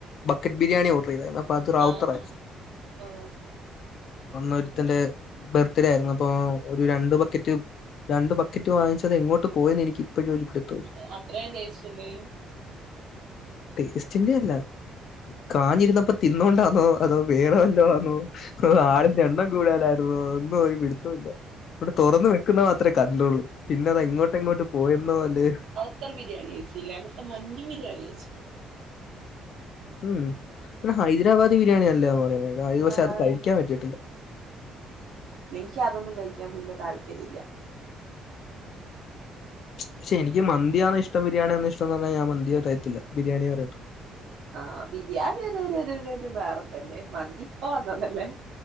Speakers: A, on the left; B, on the right.
A: ബക്കറ്റ് ബിരിയാണി ഓർഡറെയ്താരുന്നു അപ്പത് റാവുത്തറാരുന്നു
B: ആഹ് ആഹ് ഓ
A: അന്നൊരുത്തന്റെ ബർത്ത്ഡേയായിരുന്നു അപ്പൊ ഒരു രണ്ട്ബക്കറ്റ്
B: ഉം
A: രണ്ടു ബക്കറ്റ് വാങ്ങിച്ചതെങ്ങോട്ട് പോയിന്നെനിക്കിപ്പഴും ഒരു പിട്ത്തുല്ല
B: അത്രേം ടേസ്റ്റ്ണ്ടയിന്
A: ടേസ്റ്റിന്റെയല്ല കാഞ്ഞിരുന്നപ്പ തിന്നോണ്ടാന്നോ അതോ വേറെവല്ലോമാന്നോ അതോ ആളിന്റെണ്ണം കൂട്തലായിരുന്നോ ഒന്നും ഒരു പിട്ത്തൊല്ല ഇവിടെ തൊറന്ന് വെക്കുന്ന മാത്രേ കണ്ടൊള്ളു പിന്നതെങ്ങോട്ടെങ്ങോട്ട് പോയെന്നോ അല്ലേ
B: വുത്തർ ബിരിയാണി കയിച്ചില്ല അവിടുത്തെ മഞ്ചു ബിരിയാണി കയിച്ചിന്
A: ഉം പിന്നെ ഹൈദരാബാദി ബിരിയാണി നല്ലായാന്ന് പറയന്നേ അതായത് പക്ഷെ
B: ആഹ്
A: അത് കഴിക്കാൻ പറ്റിട്ടില്ല
B: എനിക്കതൊന്നും കയിക്കാൻ വല്യ താല്പര്യല്ല
A: പക്ഷെ എനിക്ക് മന്തിയാണ്ഷ്ടം ബിരിയാണിയണോ ഇഷ്ടന്ന് പറഞ്ഞാ ഞാ മന്തി പറയിത്തില്ല ബിരിയാണിയേ പറയത്തുള്ളൂ.
B: ആഹ് ബിരിയാണിരരരോര ഒരു വേറെത്തല്ലെ മന്തിപ്പ വന്നതല്ലേ